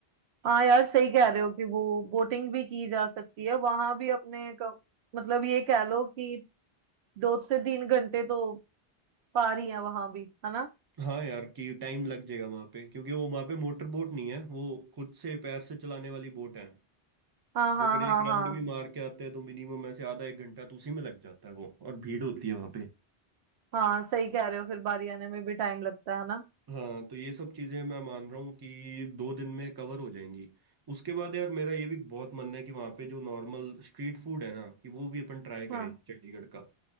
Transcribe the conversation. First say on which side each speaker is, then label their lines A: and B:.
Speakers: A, on the right; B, on the right.
A: हाँ यार सही कह रहे हो कि वो बोटिंग भी की जा सकती है वहां भी अपने क- मतलब ये कह लो कि दो से तीन घंटे तो पार ही है वहां भी है ना
B: हाँ यार कि टाइम लग जाएगा वहां पे क्योंकि वो वहां पे मोटर बोट नहीं है वो खुद से पैर से चलाने वाली बोट है
A: हाँ हाँ
B: अगर एक
A: हाँ हाँ
B: राउंड भी मार के आते हैं तो मिनिमम ऐसे आधा एक घंटा तो उसी में लग जाता है वो और भीड़ होती है वहां पे
A: हाँ सही कह रहे हो फिर बारी आने में भी टाइम लगता है ना
B: हाँ तो ये सब चीजें मैं मान रहा हूँ कि दो दिन में कवर हो जाएंगी उसके बाद यार मेरा ये भी बहुत मन है कि वहाँ पे जो नॉर्मल स्ट्रीट फूड है ना कि वो भी अपन ट्राई
A: हाँ
B: करें चंडीगढ़ का